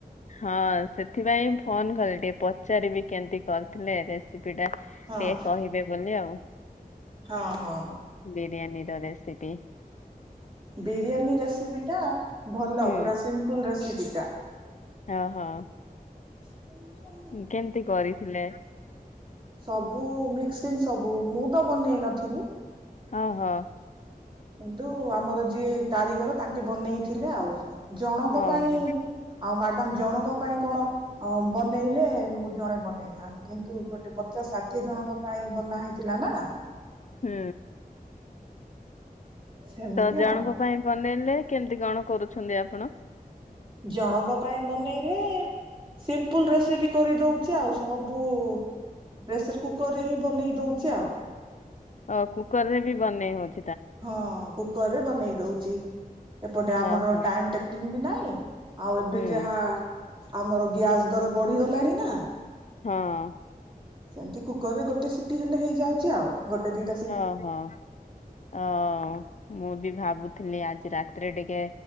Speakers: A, on the left; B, on the right.
A: ହଁ ସେଥିପାଇଁ ଫୋନ୍ କଲେ ଟିକେ ପଚାରିବି କେମତି କରିଥିଲେ। ସିପି ଟା ଟିକେ
B: ହଁ
A: କହିବେ ବୋଲି ଆଉ।
B: ହଁ ହଁ।
A: ବିରିୟାନି ର ରେସିପି।
B: ବିରିୟାନୀ ରେସିପି ଟା ଭଲ
A: ହୁଁ
B: ପୁରା ସିମ୍ପୁଲ୍ ରେସିପି ଟା।
A: ଅଁ ହଁ।
B: ହୁଁ ହ।
A: ହୁଁ କେମ୍ତି କରିଥିଲେ?
B: ସବୁ ମିକ୍ସିଂ ସବୁ ମୁଁ ତ ବନେଇ ନଥିଲି।
A: ଓହୋ।
B: କିନ୍ତୁ ଆମର ଯିଏ କାରିଗର ତାଙ୍କେ ବନେଇଥିଲେ ଆଉ। ଜଣଙ୍କ
A: ଓହୋ
B: ପାଇଁ ଆଉ ମ୍ୟାଡ଼ାମ ଜଣଙ୍କ ପାଇଁ କଣ ଅ ବନେଇଲେ ମୁଁ ଜଣେ ବନେଇଥାନ୍ତି। କିନ୍ତୁ ଗୋଟେ ପଚାଶ ଷାଠିଏ ଜଣଙ୍କ ପାଇଁ ବନା ହେଇଥିଲା ନା।
A: ହୁଁ।
B: ସେମିତି
A: ତ ଜଣଙ୍କ
B: ଆଉ
A: ପାଇଁ ବନେଇଲେ କେମତି କଣ କରୁଛନ୍ତି ଆପଣ?
B: ଜଣଙ୍କ ପାଇଁ ବନେଇଲେ ସିମ୍ପଲ ରେସିପି କରିଦଉଚି ଆଉ। ସବୁ ପ୍ରେସର କୁକର ରେ ହିଁ ବନେଇ ଦଉଚି ଆଉ।
A: ଆ କୁକର ରେ ବି ବନେଇ ହଉଚି?
B: ହଁ କୁକରରେ ବନେଇ ଦଉଚି। ଏପଟେ
A: ହଁ
B: ଆମର
A: ହଁ
B: ଟାଇମ ଟେକ୍ କିଙ୍ଗ ନାଇଁ। ଆଉ ଏବେ
A: ହୁଁ
B: ଯାହା ଆମର ଗ୍ୟାସ ଦର ବଢିଗଲାଣି ନା।
A: ହଁ।
B: ସେମିତି କୁକର ରେ ଗୋଟେ ସିଟି ହେଲେ ହେଇଯାଉଚି ଆଉ। ଗୋଟେ ଦି
A: ଓହୋ ଓ ମୁଁ ବି ଭାବୁଥିଲି ଆଜି ରାତିରେ ଟିକେ